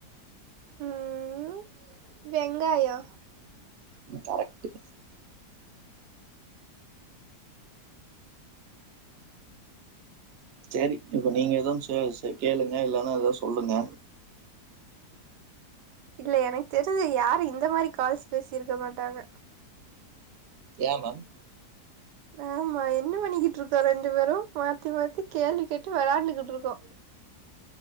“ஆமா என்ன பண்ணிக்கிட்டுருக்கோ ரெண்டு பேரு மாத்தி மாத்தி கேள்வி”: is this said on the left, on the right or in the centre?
Right